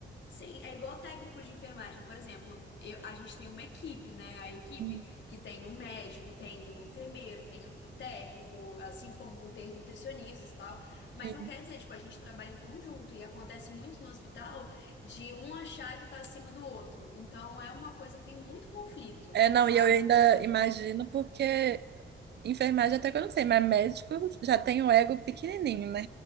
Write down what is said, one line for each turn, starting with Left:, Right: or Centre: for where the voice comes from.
Left: Sim, é igual técnico de enfermagem, por exemplo, eu- a gente tem uma equipe, né? A equipe
Right: Hum,
Left: que tem o médico, tem o enfermeiro, tem o o técnico, assim como vão ter nutricionistas e tal. Mas
Right: Sim.
Left: não quer dizer, tipo, a gente trabalha em conjunto e acontece muito no hospital de um achar que tá acima do outro. Então é uma coisa que tem muito conflito,
Right: É, não,
Left: sabe?
Right: e eu ainda imagino porque enfermagem até que eu não sei, mas médico já tem o ego pequenininho, né?